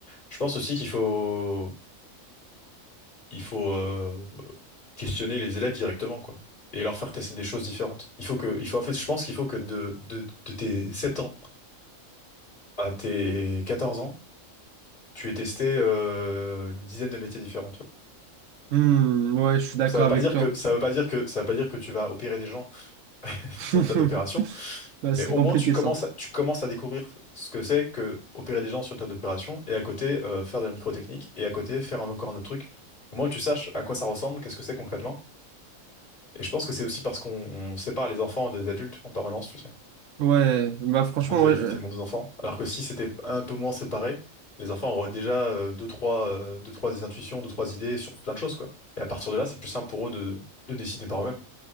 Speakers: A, on the left (about 45°); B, on the right (about 75°).
A: Je pense aussi qu'il faut, il faut, euh, questionner les élèves directement, quoi. Et leur faire tester des choses différentes. Il faut que, il faut, en fait, je pense qu'il faut que de, de, de tes 7 ans à tes 14 ans, tu aies testé euh, une dizaine de métiers différents. tu vois.
B: Hmm, ouais, je suis d'accord
A: Ça veut pas
B: avec
A: dire
B: toi.
A: que, ça veut pas dire que, ça veut pas dire que tu vas opérer des gens <laughs>
B: <laughs>
A: sur un tas d'opérations,
B: Ouais,
A: mais
B: Ce serait
A: au
B: compliqué
A: moins tu commences
B: ça.
A: à, tu commences à découvrir ce que c'est que opérer des gens sur une tas d'opérations et à côté euh, faire de la microtechnique et à côté faire un- encore un autre truc. Au moins que tu saches à quoi ça ressemble, qu'est-ce que c'est concrètement. Et je pense que c'est aussi parce qu'on on sépare les enfants des adultes en permanence, tu sais.
B: Ouais, bah franchement,
A: le monde des
B: ouais.
A: adultes
B: euh,
A: et le monde des enfants. Alors que si c'était un peu moins séparé, les enfants auraient déjà euh, deux, trois, euh, deux, trois intuitions, deux, trois idées sur plein de choses, quoi. Et à partir de là, c'est plus simple pour eux de, de décider par eux-mêmes.